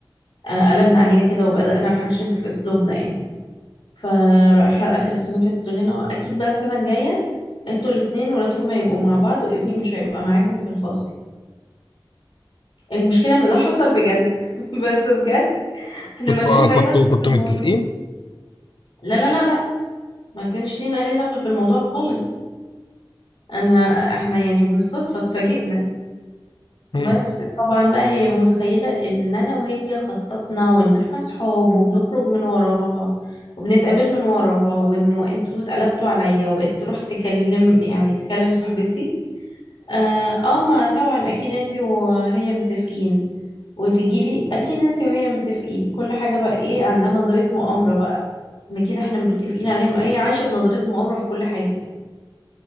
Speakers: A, on the left; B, on the left.
A: آه قلبنا عليها كده وبدأنا هنشد في اسلوبنا يعني فرايحة آخر السنة اللي فاتت تقول لنا آه، أكيد بقى السنة الجاية انتوا الاتنين ولادكم هيبقوا مع بعض وابني مش هيبقى معاكم في الفصل المشكلة إن ده حصل بجد <laughs> بس بجد احنا
B: كنتوا
A: ملناش
B: آه كنتوا
A: أي دخل
B: كنتوا
A: في الموضوع
B: متفقين
A: لا لا لا لا ما كانش لينا أي دخل في الموضوع خالص أنا احنا يعني بالصدفة اتفاجئنا
B: مم.
A: بس طبعا بقى هي متخيلة ان انا وهي خططنا وان احنا صحاب وبنخرج من وراها وبنتقابل من وراها وانه انتوا اتقلبتوا عليا وبقيت تروح تكلم يعني تكلم صاحبتي اه آه، ما طبعا اكيد انتي وهي متفقين وتجيلي اكيد انتي وهي متفقين كل حاجة بقى ايه عندها نظرية مؤامرة بقى ان كده احنا متفقين عليها هي عايشة بنظرية المؤامرة في كل حاجة